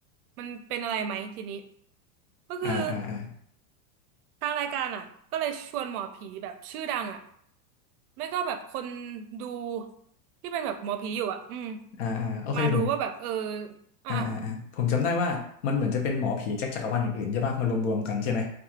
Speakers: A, on the right; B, on the left.
A: มันเป็นอะไรไหมทีนี้ ก็คือ
B: อ่าอ่าอ่า
A: ทางรายการอ่ะก็เลยชวนหมอผีแบบชื่อดังอ่ะไม่ก็แบบคนดูที่เป็นแบบหมอผีอยู่อ่ะอืม
B: อ่าอ่าโอเคผม
A: มาดูว่าแบบเอออ่ะอ่ะ
B: อ่าอ่าอ่าผมจำได้ว่ามันเหมือนจะเป็นหมอผีจากจักรวาลอื่นๆใช่ปะมารวมๆกันใช่ไหม